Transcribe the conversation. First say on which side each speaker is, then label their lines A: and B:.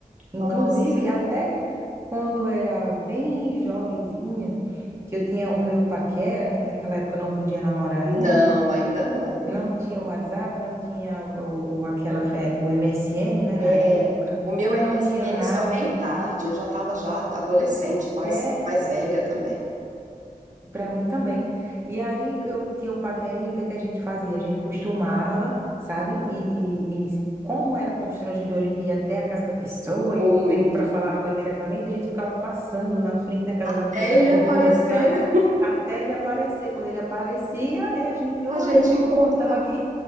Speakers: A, on the right (about 15°); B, on the right (about 55°).
A: Inclusive,
B: Nossa,
A: até quando eu era bem jovenzinha, que eu tinha o meu paquera, né? Que naquela época eu não podia namorar
B: não,
A: ainda.
B: ainda não.
A: Não tinha o WhatsApp, não tinha o, o- aquela fe- o MSN, né,
B: É,
A: na época,
B: o meu MSN
A: não tinha nada.
B: só veio tarde, eu já estava já adolescente, mais,
A: É,
B: mais velha também.
A: para mim também. E aí eu tinha um paquerinho, o que é que a gente fazia? A gente costumava, sabe? E, e- e como era constrangedor, a gente ia até a casa da pessoa
B: Muito.
A: e pedir para falar com ele diretamente, a gente ficava passando na frente da casa
B: Até
A: da pessoa,
B: ele aparecer,
A: sabe? Até ele aparecer. Quando ele aparecia, aí a gente, oi,
B: a gente
A: tudo
B: encontrar.
A: bom? Eu tava aqui.